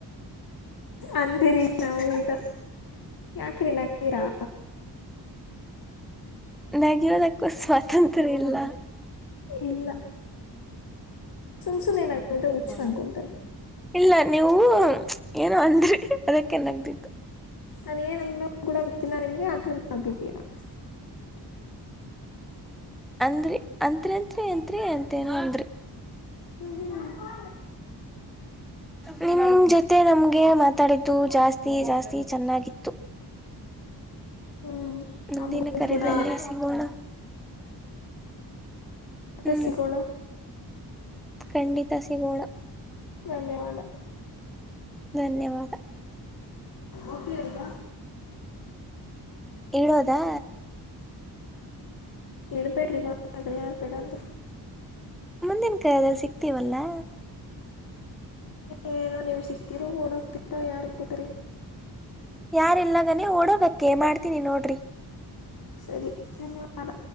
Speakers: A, on the left (about 60°); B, in the centre.
A: ಅಂದ್ರೀ ನಾವು ಈಗ ಯಾಕ್ರೀ ನಕ್ತೀರಾ
B: ನಾಗದಕ್ಕೂ ಸ್ವಾತಂತ್ರ್ಯ ಇಲ್ಲ
A: ಇಲ್ಲ ಸುಮ್ ಸುಮ್ಮನೆ ನಗಿದ್ರೆ ಹುಚ್ಚರು
B: ತಂದ
A: ಅನ್ಕೊಂತಾರೆ
B: ಇಲ್ಲ ನೀವು ಏನು ಅಂದ್ರಿ ಅದಕ್ಕೆನಾಗ್ದಿತ್ತು
A: ನಾನ ಏನಂದ ಕೂಡ ಗೊತ್ತಿಲ್ಲ ನಿಮ್ಗೆ ಆಚ ಹಗಿದ್ದೀರಾ
B: ಅಂದ್ರಿ ಅಂತ್ರಿ ಅಂತ್ರಿ ಅಂತ್ರಿ ಅಂತೇನ ಅಂದ್ರಿ
A: ಹ್ಮ್ ಹ್ಮ
B: ನಿಮ ಜೊತೆ ನಮ್ಗೆ ಮಾತಾಡ ಜಾಸ್ತಿ ಜಾಸ್ತಿ ಚೆನ್ನಾಗಿತ್ತು
A: ಹ್ಞೂ
B: ಮುಂದಿನ
A: ನಮಗೂ
B: ಕರೆದದಲ್ಲಿೇ
A: ಕೂಡ
B: ಸಿಗೋಣ
A: ಟಸಿಕೋಳ
B: ಹ್ಮ್ ಖಂಡಿತ ಸಿಗೋಣ
A: ಧನ್ಯವಾದ
B: ಧನ್ಯವಾದ
A: ಓಕ ಅಂತ
B: ಹೇಳೋದಾ
A: ಇಡಬೇಡಿರಿ ಮಾತಗಳು ಯಾರಪಿಡದು
B: ಮುಂದಿನ ಕಾಯ ಸಿಗ್ತೀವಲ್ಲಾ
A: ಏಏನೋ ನೀವು್ ಸಿಕ್ತೀರೋ ಓಡೋಗ್ತರೋ ಯಾರಿಕ್ಕತರಿ
B: ಯಾರ್ ಇಲ್ಗನೆೇ ಓಡೋಬೇಕಕ್ಕೆೆ ಮಾಡ್ತೀನಿ ನೋಡ್ರಿ
A: ಸರಿ ಧನ್ಯವಾದ